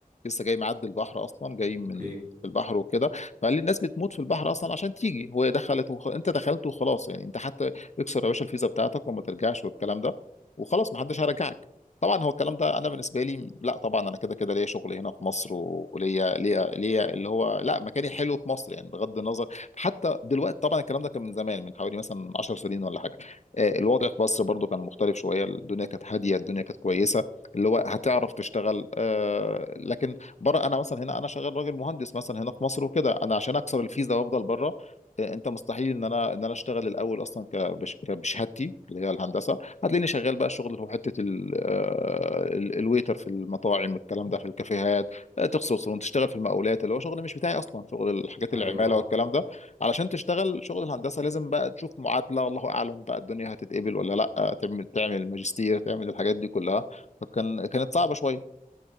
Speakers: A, on the left; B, on the right.
A: لسه جاي معدي البحر اصلا جاي من
B: اوكي
A: البحر وكده فقال لي الناس بتموت في البحر اصلا عشان تيجي هو دخلت وخ... انت دخلت وخلاص يعني انت حتى اكسر يا باشا الفيزا بتاعتك وما ترجعش والكلام ده وخلاص ما حدش هيرجعك طبعا هو الكلام ده انا بالنسبه لي لا طبعا انا كده كده ليا شغل هنا في مصر و- وليا ليا ليا اللي هو لا مكاني حلو في مصر يعني بغض النظر حتى دلوقتي طبعا الكلام ده كان من زمان من حوالي مثلا 10 سنين ولا حاجه آه، الوضع في مصر برضو كان مختلف شويه الدنيا كانت هاديه الدنيا كانت كويسه اللي هو هتعرف تشتغل آه، لكن بره انا مثلا هنا انا شغال راجل مهندس مثلا هنا في مصر وكده انا عشان اكسر الفيزا وافضل بره آه، انت مستحيل ان انا ان انا اشتغل الاول اصلا ك- بش- بشهادتي اللي هي الهندسه هتلاقيني شغال بقى شغل في حته ال- آه، ال- الويتر في المطاعم الكلام ده في الكافيهات آه، تغسل صالون تشتغل في المقاولات اللي هو شغل مش بتاعي اصلا شغل الحاجات
B: ايوه
A: العماله
B: اه
A: والكلام ده علشان تشتغل شغل الهندسه لازم بقى تشوف معادله والله اعلم بقى الدنيا هتتقبل ولا لا آه، تعمل تعمل ماجستير تعمل الحاجات دي كلها فكان كانت صعبه شويه